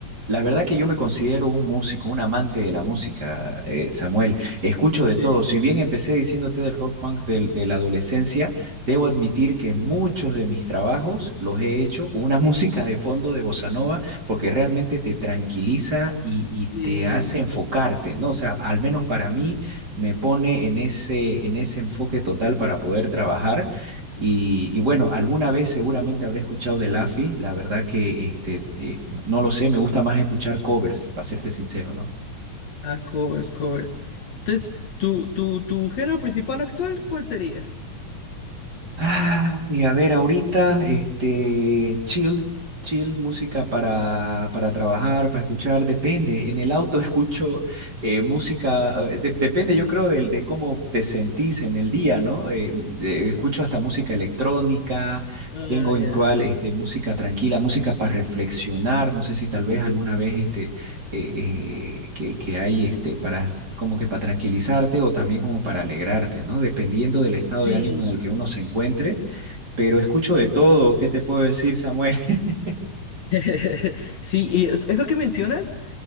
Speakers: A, on the right (about 30°); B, on the left (about 55°).
A: la verdad que yo me considero un músico, un amante de la música, eh, Samuel. Escucho de todo.
B: Sí,
A: Si bien empecé diciéndote del rock punk del- de la adolescencia, debo admitir que muchos de mis trabajos los he hecho con una <laughs> música de fondo de bossa nova, porque realmente te tranquiliza y, y
B: sí.
A: te hace enfocarte, ¿no? O sea, al menos para mí me pone en ese, en ese enfoque total para poder trabajar. Y, y, bueno, alguna vez seguramente habré escuchado de Laffy, la verdad que este, eh, no no lo sé, me gusta más escuchar covers, para serte sincero, ¿no?
B: Ah, covers, covers. Entonces, ¿tu, tu, tu género principal actual, cuál sería?
A: Ah, y a ver, ahorita, este, chill, chill, música para, para trabajar, para escuchar, depende. En el auto <laughs> escucho eh, música, eh, de- depende, yo creo, del de cómo te sentís en el día, ¿no? Eh, de- escucho hasta música electrónica,
B: Ah,
A: tengo
B: ya.
A: en cual, este, música tranquila, música para reflexionar. No sé si tal vez alguna vez, este, eh, eh, que, que hay este, para, como que para tranquilizarte o también como para alegrarte, ¿no? Dependiendo del estado
B: Sí.
A: de ánimo en el que uno se encuentre, pero escucho de todo, ¿qué te puedo decir, Samuel? <laughs>
B: <laughs> Sí, y es- eso que mencionas.